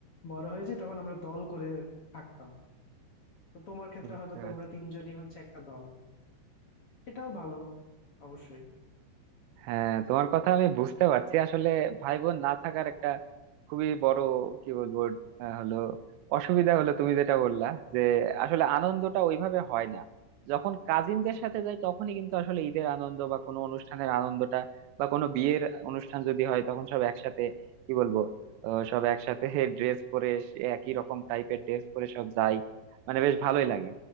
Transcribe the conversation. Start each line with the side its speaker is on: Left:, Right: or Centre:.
Left: বড় হয়েছি তখন আমরা দল করে থাকতাম তো তোমার ক্ষেত্রে
Right: বুঝতে
Left: হয়তো তোমরা
Right: পারছি
Left: তিনজনই হচ্ছে একটা দল সেটাও ভালো অবশ্যই
Right: হ্যাঁ তোমার কথা আমি বুঝতে পারছি আসলে ভাই বোন না থাকার একটা খুবই বড় কি বলবো আহ, হলো অসুবিধা হলো তুমি যেটা বললা যে আসলে আনন্দটা ওইভাবে হয় না যখন কাজিনদের সাথে যাই তখনই কিন্তু আসলে ঈদের আনন্দ বা কোনো অনুষ্ঠানের আনন্দটা বা কোনো বিয়ের অনুষ্ঠান যদি হয় তখন সব একসাথে কি বলবো আহ, সব একসাথে ড্রেস পরে সে একই রকম টাইপের ড্রেস পরে সব যাই মানে বেশ ভালোই লাগে